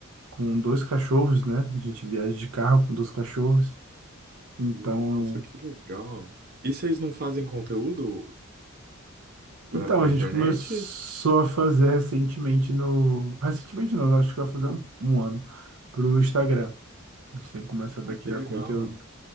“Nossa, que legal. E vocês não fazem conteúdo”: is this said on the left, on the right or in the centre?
Right